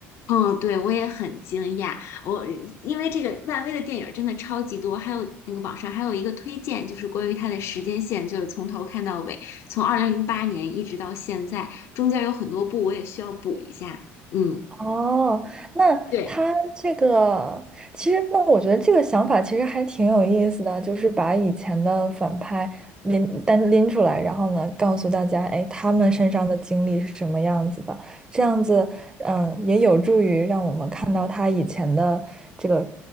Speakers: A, on the left (about 55°); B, on the right (about 15°).
A: 嗯，对，我也很惊讶。我因为这个漫威的电影真的超级多，还有那个网上还有一个推荐，就是关于它的时间线，就是从头看到尾，从二零零八年一直到现在，中间有很多部我也需要补一下。嗯，
B: 哦，那他这个其实，
A: 对
B: 那我觉得这个想法其实还挺有意思的，就是把以前的反派拎单拎出来，然后呢，告诉大家，哎，他们身上的经历是什么样子的，这样子，嗯，也有助于让我们看到他以前的这个，